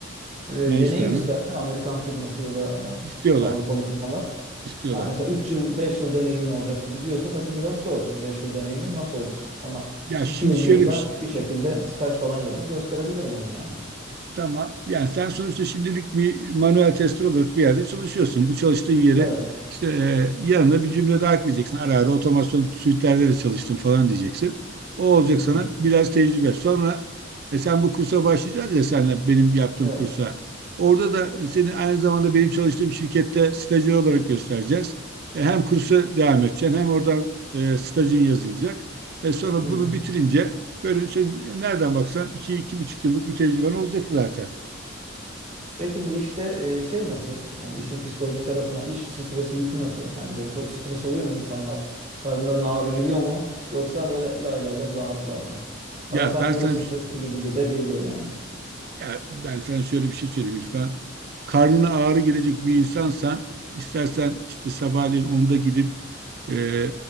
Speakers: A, on the right; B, on the right.
A: E,
B: ne
A: deneyim
B: ister mi?
A: ister mi? Amerikan firması ya da
B: İstiyorlar,
A: e, Avrupalı firmalar.
B: istiyorlar.
A: Ha, mesela 3 yıl, 5 yıl deneyimin olacak gibi diyorsa tabii biraz zor. Şimdi 5 yıl deneyimim nasıl olsun? Ama
B: Ya şimdi
A: 2 yıl
B: şöyle
A: diyorsa
B: bir şey,
A: bir şekilde staj falan yapıp gösterebilirim onu yani.
B: Tamam. Yani sen sonuçta şimdilik bir manuel tester olarak bir yerde çalışıyorsun. Bu çalıştığın yere
A: Evet.
B: işte e, yanına bir cümle daha ekleyeceksin. Ara ara otomasyon suite'lerde de çalıştım falan diyeceksin. O olacak
A: Hı
B: sana
A: hı.
B: biraz tecrübe. Sonra e, sen bu kursa başlayacağız ya senle benim yaptığım
A: Evet.
B: kursa. Orada da seni aynı zamanda benim çalıştığım şirkette stajyer olarak göstereceğiz. E, hem kursa devam edeceksin hem oradan e, stajın yazılacak. E, sonra
A: Hı hı.
B: bunu bitirince Böyle şey nereden baksan iki, iki buçuk yıllık bir tecrüben olacak zaten.
A: Peki bu işte e, şey nasıl? Yani işin psikolojik tarafına iş stresi yükü nasıl? Yani böyle çok stres oluyor mu insanlar? Karınlarına ağrı giriyor mu? Yoksa böyle lay lay lom rahatlar mı?
B: Ya
A: Bana sanki
B: ben sana
A: biraz stresli gibi de geliyor yani.
B: ya ben sana şöyle bir şey söyleyeyim İrfan. Karnına ağrı gelecek bir insansan istersen işte sabahleyin onda gidip e,